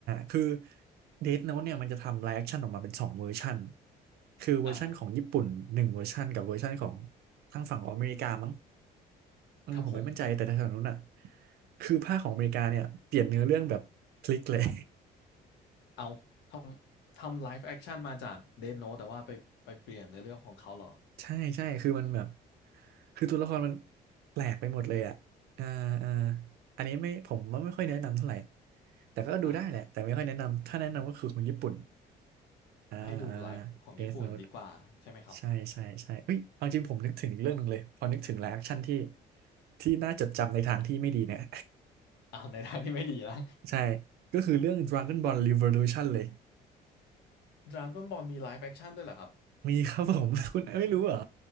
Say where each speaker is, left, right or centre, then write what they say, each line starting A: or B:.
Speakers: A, on the right; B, on the left.
A: คือเดธโน้ตเนี่ยมันจะทำไลฟ์แอคชั่นออกมาเป็นสองเวอร์ชันคือเวอร์ชันของญี่ปุ่นหนึ่งเวอร์ชันกับเวอร์ชันของ
B: อ่า
A: ทางฝั่งของอเมริกามั้งอืมผมไม่มั่นใจแต่ทางฝั้งนู้นอ่ะ
B: ครับผม
A: คือภาคของอเมริกาเนี่ยเปลี่ยนเนื้อเรื่องแบบพลิกเลย
B: เอาทำทำไลฟ์แอคชั่นมาจากเดธโน t e แต่ว่าไปไปเปลี่ยนในเรื่องของเขาเหรอ
A: ใช่ใช่คือมันแบบคือตัวละครมันแปลกไปหมดเลยอ่ะอ่าอ่าอันนี้ไม่ผมว่าไม่ค่อยแนะนำเท่าไหร่แต่ก็ดูได้แหละแต่ไม่ค่อยแนะนำถ้าแนะนำก็คือของญี่ปุ่น
B: อ่า
A: อ่าอ่า
B: ให้ดูไลฟ์ของญี่ปุ่นดีกว่าใช่ไหมครับ
A: Death Note ใช่ใช่ใช่เฮ้ยเอาจริงผมนึกถึงอีกเรื่องหนึงเลยพอนึกถึงแล้วแอคชั่นที่ที่น่าจดจำในทางที่ไม่ดีเนี่ย
B: อ่าในทางที่ไม่ดีนะ
A: <laughs> ใช่ก็คือเรื่อง Dragon Ball Revolution เลย
B: ดราก้อนบอลมีไลฟ์แอคชั่นด้วยเหรอครับ
A: มีครับผม <laughs> คุณไม่รู้เหรอ